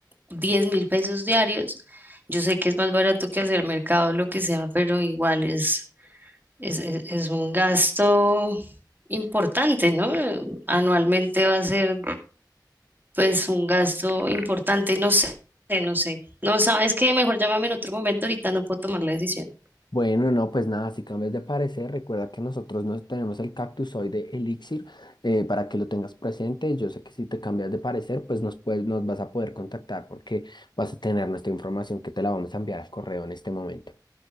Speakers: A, on the right; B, on the left.
A: diez mil pesos diarios. Yo sé que es más barato que hacer mercado, o lo que sea, pero igual es, es, es- es un gasto importante, ¿no? Anualmente va a ser pues un gasto importante, no sé, no sé. No sabes qué, mejor llámame en otro momento, ahorita no puedo tomar la decisión.
B: Bueno, no, pues nada, si cambias de parecer, recuerda que nosotros no tenemos el cactus hoy de Elixir, eh, para que lo tengas presente. Yo sé que si te cambias de parecer, pues nos, puedes, nos vas a poder contactar porque vas a tener nuestra información que te la vamos a enviar al correo en este momento.